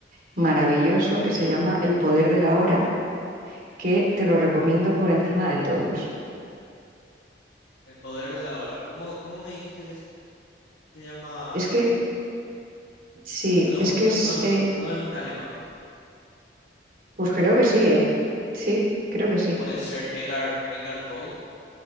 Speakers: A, on the right; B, on the left.
A: maravilloso que se llama El poder de la hora que te lo recomiendo por encima de todos.
B: El poder de la hora. ¿Cómo, cómo me dijiste que se llama?
A: Es que sí,
B: No es
A: es
B: un,
A: que es,
B: no es Es,
A: eh,
B: un, no es un alemán.
A: pues creo que sí, ¿eh? Sí, creo que sí.
B: Puede ser Edgar, Edgar Toll.